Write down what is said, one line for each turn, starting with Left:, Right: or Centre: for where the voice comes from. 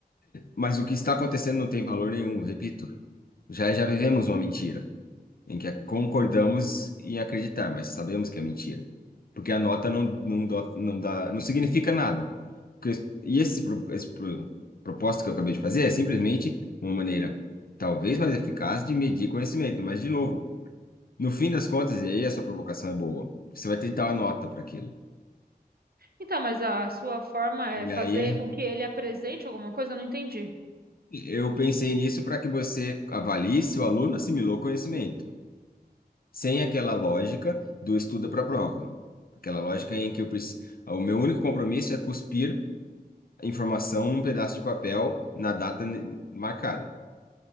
Left: Mas o que está acontecendo não tem valor nenhum, repito. Já já vivemos uma mentira, em que concordamos em acreditar, mas sabemos que é mentira. Porque a nota não, não, dó- não dá, não significa nada. Porque- e esse, pro- esse pro- proposta que eu acabei de fazer é simplesmente uma maneira, talvez mais eficaz, de medir conhecimento. Mas, de novo, no fim das contas, e aí a sua provocação é boa, você vai ter que dar uma nota para aquilo.
Right: Então, mas a sua forma é
Left: E
Right: fazer
Left: aí
Right: com que ele apresente alguma coisa? Eu não entendi.
Left: eu pensei nisso para que você avalie se o aluno assimilou conhecimento. sem aquela lógica do estuda para a prova, aquela lógica em que eu preci- o meu único compromisso é cuspir a informação num pedaço de papel na data ne- marcada.